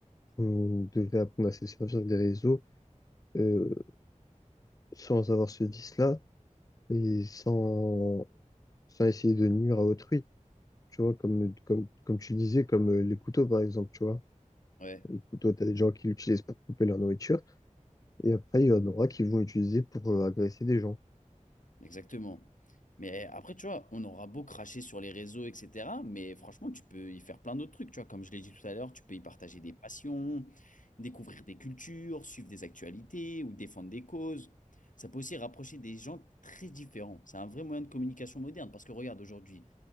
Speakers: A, on the left; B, on the left.
A: on devrait apprendre à se servir des réseaux euh, sans avoir ce vice-là et sans, sans essayer de nuire à autrui. Tu vois, comme, comme, comme tu disais, comme euh, les couteaux par exemple, tu vois.
B: Ouais.
A: Les couteaux, t'as des gens qui l'utilisent pour couper leur nourriture et après, il y en aura qui vont l'utiliser pour euh, agresser des gens.
B: Exactement. Mais eh, après, tu vois, on aura beau cracher sur les réseaux, etc. Mais franchement, tu peux y faire plein d'autres trucs. Tu vois, comme je l'ai dit tout à l'heure, tu peux y partager des passions, découvrir des cultures, suivre des actualités ou défendre des causes. Ça peut aussi rapprocher des gens très différents. C'est un vrai moyen de communication moderne. Parce que regarde, aujourd'hui,